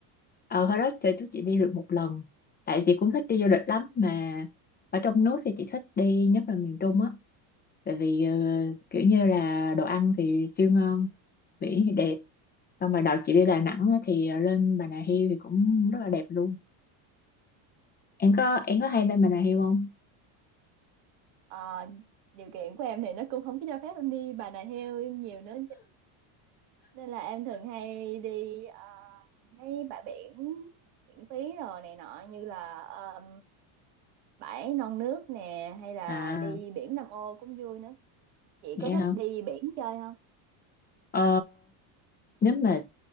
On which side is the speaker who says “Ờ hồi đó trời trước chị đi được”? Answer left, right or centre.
Left